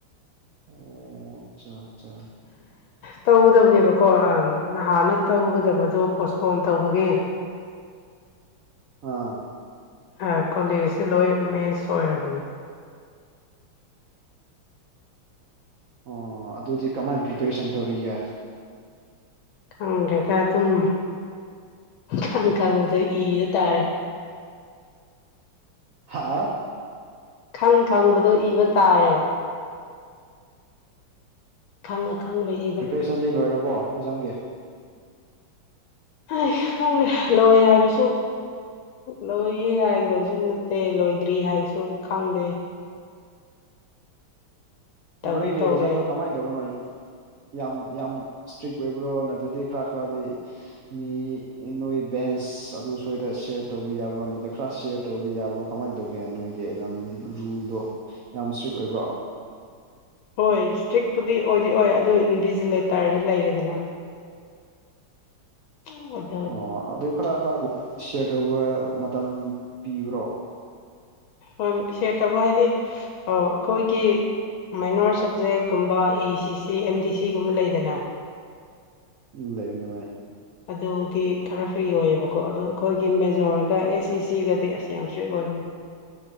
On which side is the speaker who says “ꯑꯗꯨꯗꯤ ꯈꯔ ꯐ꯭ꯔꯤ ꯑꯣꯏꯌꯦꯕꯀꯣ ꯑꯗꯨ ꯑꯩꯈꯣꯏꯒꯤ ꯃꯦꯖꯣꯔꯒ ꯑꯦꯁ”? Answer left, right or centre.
Left